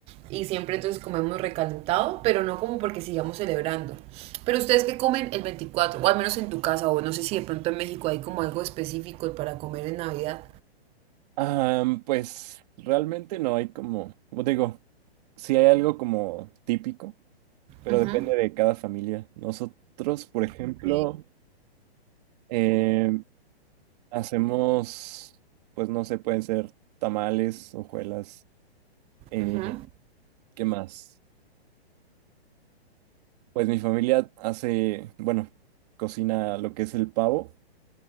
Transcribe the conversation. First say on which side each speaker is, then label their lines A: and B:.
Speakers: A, on the right; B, on the right.
A: Y siempre entonces comemos recalentado, pero no como porque sigamos celebrando. Pero ustedes que comen el 24 o al menos en tu casa, o no sé si de pronto en México hay como algo específico para comer en Navidad.
B: Ah, pues realmente no hay como, como te digo, sí hay algo como típico, pero
A: Ujú.
B: depende de cada familia. Nosotros, por ejemplo,
A: Ok.
B: eh, hacemos, pues no sé, pueden ser tamales, hojuelas, eh,
A: Ujú.
B: ¿qué más? Pues mi familia hace, bueno, cocina lo que es el pavo.